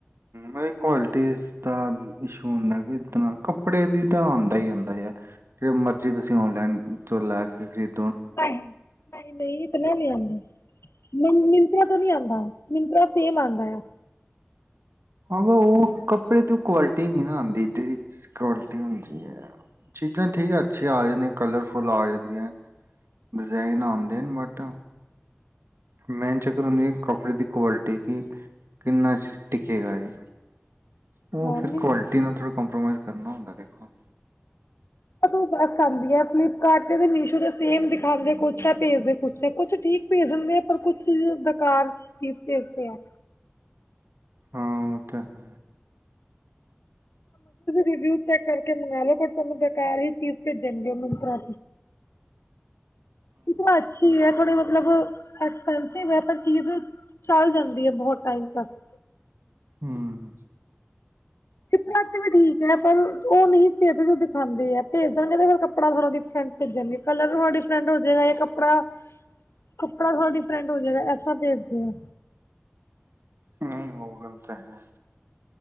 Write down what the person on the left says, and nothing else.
ਨਹੀ, ਨਹੀ, ਨਹੀ ਇਤਨਾ ਨੀ ਆਉਦਾ ਮੀਂ ਮਿੰਤਰਾ ਤੋਂ ਨੀ ਆਉਦਾ ਮਿੰਤਰਾ ਸੇਮ ਆਉਦਾ ਆ
ਹਾਂ
ਮਿੰਤਰਾ
ਤੂੰ ਬਸ ਆਉਂਦੀ ਆ ਫਲਿਪਕਾਰਟ ਤੇ ਮੀਸ਼ੋ ਦੇ ਸੇਮ ਦਿਖਾਂਦੇ ਕੁਛ ਹੈ ਭੇਜਦੇ ਕੁੱਛ ਹੈ ਕੁਛ ਠੀਕ ਭੇਜ ਦੇਂਦੇ ਆ ਪਰ ਕੁਛ ਬੇਕਾਰ ਚੀਜ਼ ਭੇਜਦੇ ਆ
ਰਿਵਿਊ ਚੈੱਕ ਕਰਕੇ ਮੰਗਵਾ ਲਓ ਬਟ ਤੁਹਾਨੂੰ ਬੇਕਾਰ ਹੀ ਚੀਜ਼ ਭੇਜਣਗੇ ਮਨਤਰਾ ਇਹ ਤਾਂ ਅੱਛੀ ਹੈ ਥੋੜੀ ਮਤਲਬ ਅਜ ਕਲ ਤੇ ਵੇਪਰ ਚੀਜ਼ ਚੱਲ ਜਾਂਦੀ ਹੈ ਬਹੁਤ ਟਾਈਮ ਤਕ
ਫਲਿਪ ਕਾੜ ਚ ਵੀ ਠੀਕ ਹੈ ਪਰ ਉਹ ਨਹੀਂ ਭੇਜ ਦੇ ਜੋ ਦਿਖਾਂਦੇ ਹੈ ਭੇਜ ਦੇਣਗੇ ਤੇ ਫਿਰ ਕੱਪੜਾ ਸਾਰਾ ਡੀਫੈਂਸ ਭੇਜਗੇ ਕਲਰ ਹ ਡਿਫਰੈਂਟ ਹੋ ਜਾਏਗਾ ਇਹ ਕੱਪੜਾ ਕੱਪੜਾ ਥੋੜ੍ਹਾ ਡਿਫਰੈਂਟ ਹੋ ਜਾਏਗਾ ਐਸਤਰਾ ਭੇਜਦੇ ਹਾਂ